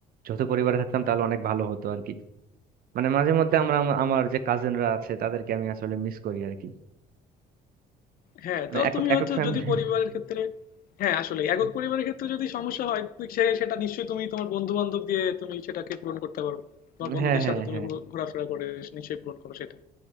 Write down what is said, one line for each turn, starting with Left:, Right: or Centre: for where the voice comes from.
Right: যৌথ পরিবারে থাকতাম তাহলে অনেক ভালো হতো আর কি মানে মাঝে মধ্যে আমরা আমা- আমার যে কাজিনরা আছে তাদেরকে আমি আসলে মিস করি আর কি
Left: হ্যাঁ
Right: মানে
Left: তো
Right: একক
Left: তুমি
Right: একক
Left: হচ্ছে
Right: ফ্যামিলি
Left: যদি পরিবারের ক্ষেত্রে হ্যাঁ আসলে একক
Right: <laughs>
Left: পরিবারের ক্ষেত্রে যদি সমস্যা হয় তুই সে- সেটা নিশ্চয়ই তুমি তোমার বন্ধু বান্ধব দিয়ে তুমি সেটাকে পূরণ করতে পারো তোমার বন্ধুদের
Right: হ্যাঁ হ্যাঁ
Left: সাথে তুমি
Right: হ্যাঁ
Left: ঘু- ঘোরাফেরা করে নিশ্চয়ই পূরণ করো সেটা